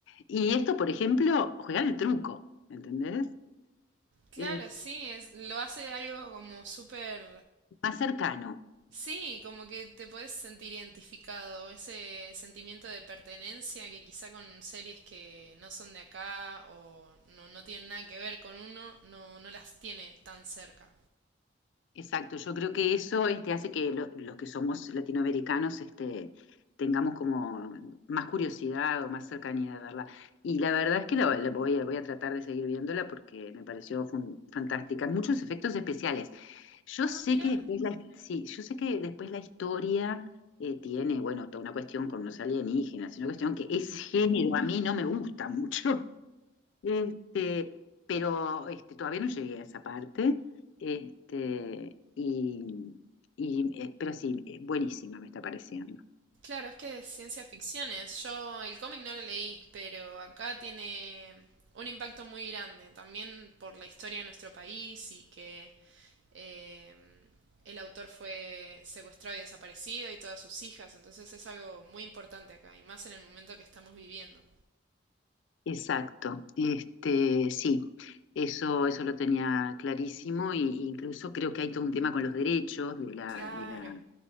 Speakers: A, on the left; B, on the right.
A: Y esto, por ejemplo, jugar el truco, ¿entendés?
B: Claro,
A: Eh,
B: sí, es, lo hace algo como súper
A: más cercano,
B: Sí, como que te puedes sentir identificado, ese sentimiento de pertenencia que quizá con series que no son de acá o no, no tienen nada que ver con uno, no, no las tiene tan cerca.
A: exacto. Yo creo que eso este, hace que lo- los que somos latinoamericanos este, tengamos como más curiosidad o más cercanía de verla. Y la verdad es que la, la voy, a, voy a tratar de seguir viéndola porque me pareció fun- fantástica. Muchos efectos especiales. Yo
B: Ah,
A: sé
B: mira.
A: que después la, sí, yo sé que después la historia eh, tiene, bueno, toda una cuestión con los alienígenas, una cuestión que ese género a mí no me gusta mucho. <laughs> Este, pero este, todavía no llegué a esa parte. Este, y, y, eh, pero sí, eh, buenísima me está pareciendo.
B: Claro, es que de ciencia ficción es. Yo el cómic no lo leí, pero acá tiene un impacto muy grande, también por la historia de nuestro país y que eh, el autor fue secuestrado y desaparecido y todas sus hijas, entonces es algo muy importante acá, y más en el momento que estamos viviendo.
A: Exacto, este, sí, eso, eso lo tenía clarísimo, e incluso creo que hay todo un tema con los derechos de la,
B: Claro,
A: de la,